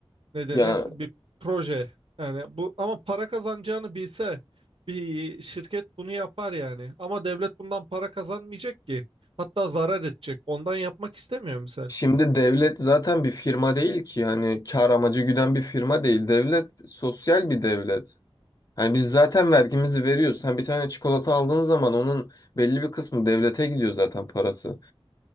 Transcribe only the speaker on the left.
Ya
şimdi devlet zaten bir firma değil ki hani kar amacı güden bir firma değil. Devlet sosyal bir devlet. Hani biz zaten vergimizi veriyoruz. Sen bir tane çikolata aldığın zaman onun belli bir kısmı devlete gidiyor zaten parası.